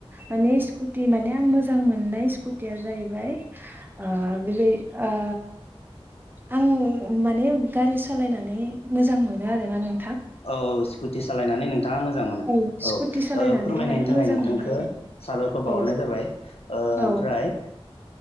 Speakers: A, on the right; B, on the left.
A: मानि स्कुटि माने आं मोजां मो ननाय स्कुटिया जाहैबाय ओ बेबाय ओ
B: <inaudible>
A: आं माने गारि सालायनानै मोजां मोनो आरोना नों
B: औ औ स्कुटि सालायनानै नोंथाङा मोजां मोनो।
A: औ स्कुटि
B: औ
A: सालायनानै
B: फोरमायनायनि
A: माने मोजां
B: थाखाय नोंथांखो
A: मोनो
B: साबायखर बावहरनाय
A: औ
B: जाबाय। ओ
A: औ
B: ओमफ्राय